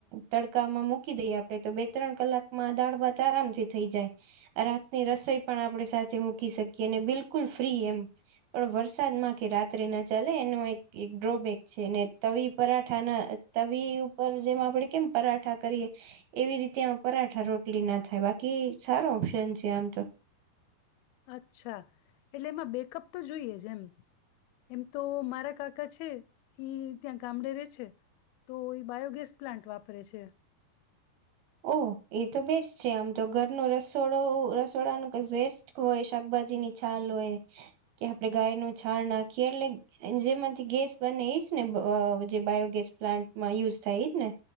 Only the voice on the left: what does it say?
અચ્છા, એટલે એમાં બેકઅપ તો જોઈએ જ એમ, એમ તો મારા કાકા છે ઈ ત્યાં ગામડે રે છે તો એ બાયોગેસ પ્લાન્ટ વાપરે છે.